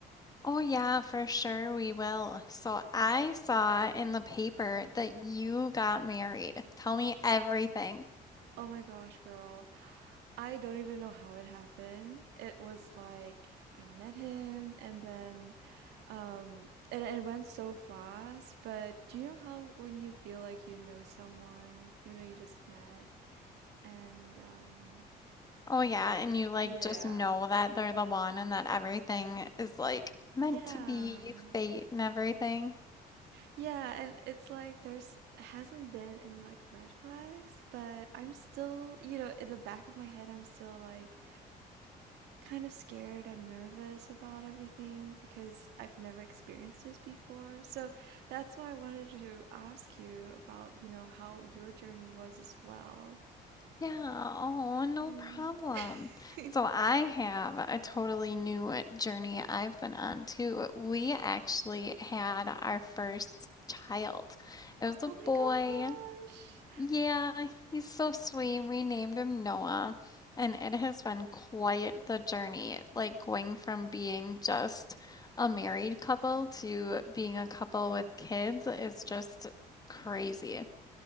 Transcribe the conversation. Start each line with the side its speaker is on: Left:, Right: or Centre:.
Left: Oh, yeah, for sure we will. So I saw in the paper that you got married. Tell me everything.
Right: Oh my gosh, girl. I don't even know how it happened. It was like I met him and then um and it went so fast, but do you know how when you feel like you know someone, even though you just met and um
Left: Oh, yeah, and you like
Right: yeah.
Left: just know that they're the one and that everything is like meant
Right: Yeah.
Left: to be fate and everything.
Right: Yeah, and it's like there's hasn't been any like red flags, but I'm still, you know, in the back of my head, I'm still like kind of scared and nervous about everything because I've never experienced this before. So that's why I wanted to ask you about, you know, how your journey was as well.
Left: Yeah, oh, no
Right: Mm.
Left: problem.
Right: <laughs>
Left: So I have a totally new journey I've been on too. We actually had our first child. It was a
Right: Oh my
Left: boy.
Right: gosh.
Left: Yeah, he's so sweet. We named him Noah, and it has been quite the journey, like going from being just a married couple to being a couple with kids is just crazy.